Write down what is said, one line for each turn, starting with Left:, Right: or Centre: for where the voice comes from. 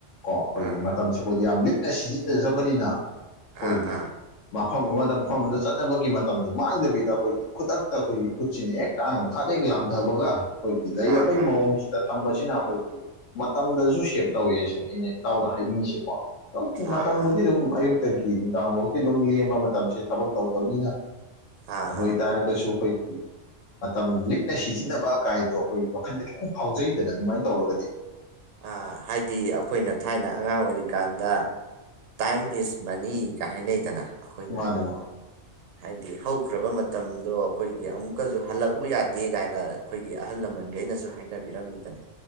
Left: ꯀꯣ ꯑꯩꯈꯣꯏꯒꯤ
Right: ꯑꯥ
Left: ꯃꯇꯝꯁꯦ ꯑꯩꯈꯣꯏꯗꯤ ꯌꯥꯝ ꯂꯤꯛ ꯁꯤꯟꯅꯖꯕꯅꯤꯅ ꯑꯩꯈꯣꯏꯒꯤ
Right: ꯑꯥ ꯑꯥ
Left: ꯃꯐꯝ ꯑꯃꯗ ꯃꯐꯝ ꯑꯃꯗ ꯆꯠꯅꯕꯒꯤ ꯃꯇꯝꯗꯣ ꯃꯥꯡꯗꯕꯤꯗ ꯑꯩꯈꯣꯏꯒꯤ ꯈꯨꯗꯛꯇ ꯑꯩꯈꯣꯏꯒꯤ ꯈꯨꯠꯁꯤꯅ ꯍꯦꯛ ꯇꯥꯡꯒ ꯃꯈꯥꯗꯒꯤ ꯂꯥꯝꯊꯕꯒ ꯑꯩꯈꯣꯏꯒꯤ ꯂꯩꯔꯕꯒꯤ
Right: ꯑꯥ ꯑꯥ
Left: ꯃꯑꯣꯡꯁꯤꯗ ꯊꯝꯕꯁꯤꯅ ꯑꯩꯈꯣꯏꯒꯤ ꯃꯇꯝꯗꯁꯨ ꯁꯦꯞ ꯇꯧꯋꯦ ꯁꯤꯅ ꯑꯩꯅ ꯏꯇꯥꯎꯗ ꯍꯥꯏꯅꯤꯡꯉꯤꯁꯦꯀꯣ
Right: ꯑꯥ
Left: ꯃꯇꯝꯕꯨꯗꯤ
Right: ꯑꯥ
Left: ꯑꯗꯨꯝ ꯑꯌꯨꯛꯇꯒꯤ ꯅꯨꯡꯗꯥꯡꯐꯥꯎꯗꯤ ꯑꯗꯨꯝ ꯂꯦꯝꯕ ꯃꯇꯝꯁꯦ ꯊꯕꯛ ꯇꯧꯗꯕꯅꯤꯅ
Right: ꯑꯥ
Left: ꯑꯗꯨ ꯑꯣꯏ
Right: ꯑꯥ
Left: ꯇꯥꯔꯒꯁꯨ ꯈꯣꯏꯒꯤ ꯃꯇꯝ ꯂꯤꯛꯅ ꯁꯤꯖꯤꯟꯅꯕ ꯀꯥꯏꯗꯣ ꯑꯩꯈꯣꯏ ꯋꯥꯈꯟꯗ ꯈꯤꯇꯪ ꯐꯥꯎꯖꯩꯗꯅ ꯑꯗꯨꯃꯥꯏꯅ ꯇꯧꯔꯒꯗꯤ
Right: ꯑ ꯍꯥꯏꯗꯤ ꯑꯩꯈꯣꯏꯅ ꯊꯥꯏꯅ ꯑꯉꯥꯡ ꯑꯣꯏꯔꯤ ꯀꯥꯟꯗ ꯇꯥꯏꯝ ꯏꯁ ꯃꯅꯤꯒ ꯍꯥꯏꯅꯩꯗꯅ ꯑꯩꯈꯣꯏꯅ
Left: ꯃꯥꯅꯦ ꯃꯥ
Right: ꯍꯥꯏꯗꯤ ꯍꯧꯈ꯭ꯔꯕ ꯃꯇꯝꯗꯣ ꯑꯩꯈꯣꯏꯒꯤ ꯑꯃꯨꯛꯀꯁꯨ ꯍꯜꯂꯛꯎ ꯌꯥꯗꯦ ꯀꯥꯏꯅ ꯑꯩꯈꯣꯏꯒꯤ ꯑꯍꯜ ꯂꯃꯟ ꯃꯃꯟꯒ ꯅꯁꯨ ꯍꯥꯏꯅꯕꯤꯔꯝꯃꯤꯗꯅ